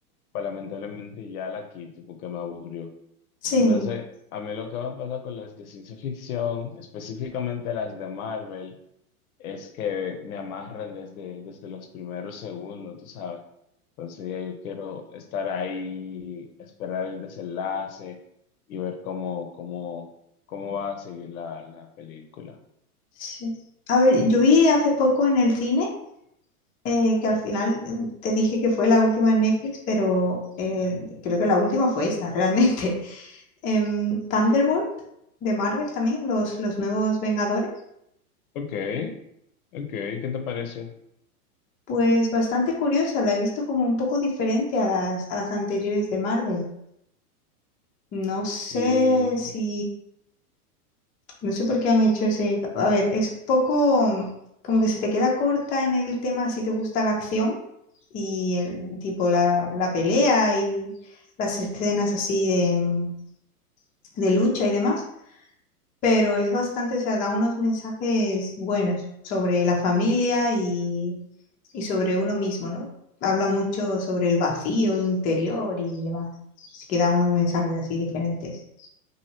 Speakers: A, on the left (about 65°); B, on the left (about 20°).
A: pues lamentablemente ya la quito porque me aburrió.
B: Sí,
A: Entonces, a mí lo que me pasa con las de ciencia ficción, específicamente las de Marvel, es que me amarran desde, desde los primeros segundos, tú sabes. Entonces ya yo quiero estar ahí, esperar el desenlace y ver cómo, cómo, cómo va a seguir la, la película.
B: sí. A ver, yo vi hace poco en el cine eh, que al final mm, te dije que fue la última en Netflix, pero eh,
A: Y-
B: creo que la última fue esta, realmente. <laughs> Em, Thunderbolt de Marvel también, los, los nuevos Vengadores.
A: Ok, ok, ¿qué te pareció?
B: Pues bastante curiosa, la he visto como un poco diferente a las, a las anteriores de Marvel. No sé
A: Sí,
B: si, No sé por qué han hecho ese... A ver, es un poco mm, como que se te queda corta en el tema si te gusta la acción y el tipo la, la pelea y las escenas así de, mm, de lucha y demás, pero es bastante, o sea, da unos mensajes buenos sobre la familia y, y sobre uno mismo, ¿no? Habla mucho sobre el vacío interior y demás. Así que da unos mensajes así diferentes.